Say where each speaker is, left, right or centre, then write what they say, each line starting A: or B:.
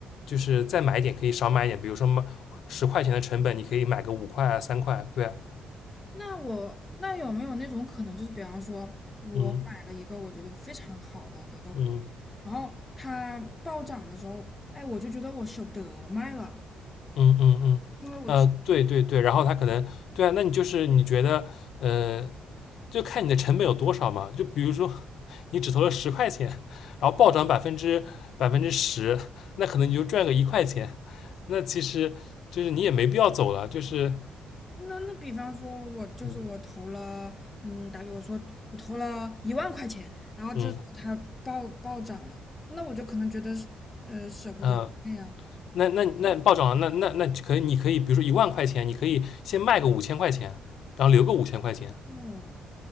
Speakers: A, on the left; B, on the left.
A: 就是再买一点，可以少买一点，比如说买十块钱的成本，你可以买个五块啊、三块啊，对啊，
B: 那我那有没有那种可能，就是比方说我买了一个我觉得非常好的一个股票，
A: 嗯嗯
B: 然后它暴涨的时候，哎，我就觉得我舍不得卖了。
A: 嗯嗯嗯，
B: 因为我
A: 呃，对对对，然后它可能对啊，那你就是你觉得呃就看你的成本有多少嘛。就比如说 <laughs> 你只投了十块钱，然后暴涨百分之百分之十，那可能你就赚个一块钱。那其实就是你也没必要走了，就是
B: 那那比方说，我就是我投了，
A: 嗯
B: 嗯，打比我说我投了一万块钱，然后这时候它暴暴涨了，
A: 嗯
B: 那我就可能觉得是，呃，舍不得卖呀。
A: 嗯、呃那那那暴涨了，那那那可以，你可以比如说一万块钱，你可以先卖个五千块钱，然后留个五千块钱，
B: 哦